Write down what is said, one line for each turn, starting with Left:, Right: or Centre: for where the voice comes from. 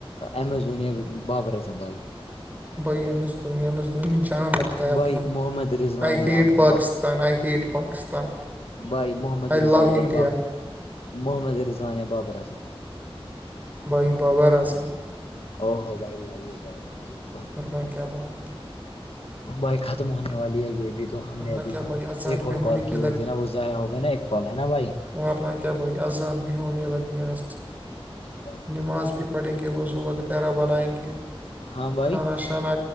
Left: امزونیا بابر اعظم بھائی
Right: بھائی M S Dhoni M S Dhoni جام لگتا ہے اپنا
Left: بھائی محمد رضوان
Right: آئی ہیٹ
Left: یا
Right: پاکست
Left: با-
Right: ان آئی ہییٹ پاکستان
Left: بھائی محمد
Right: آئی لو
Left: رضان
Right: انڈیا
Left: یا باب محمد رضوان یا بابر اعظم
Right: بھائی بابا اعظم
Left: او ہو بائل لای بائل
Right: کرن کیا بائے
Left: بائی ختم ہونے والی ہے یہ بھی ابھی تو ہم
Right: ورنہ
Left: نے ابھی
Right: کیا
Left: تک
Right: بھائی اذان
Left: ایک اور
Right: بھی ہونے
Left: کال کی ہوتی ہے نا وہ ضائع ہو گیا نا ایک کال ہے نا بھائی
Right: وورنہ کیا بھائی اذان بہونے لگی آ
Left: بائے
Right: نماز بھی پڑھیں گے وضو وغیرہ بنائیں گے
Left: ہاں بھائی
Right: کھانا چانا